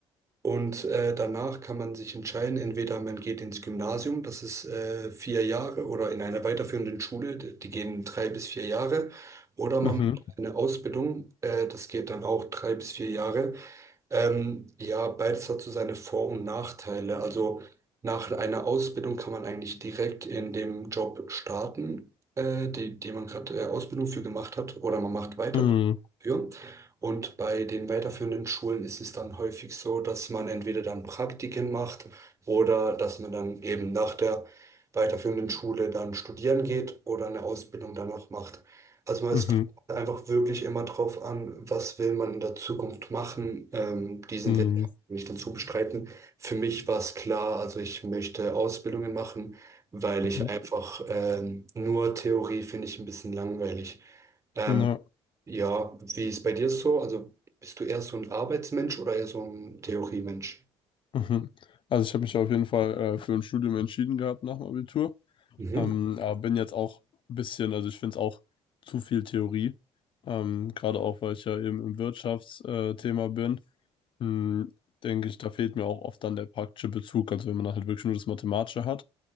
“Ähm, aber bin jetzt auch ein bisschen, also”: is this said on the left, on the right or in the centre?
Left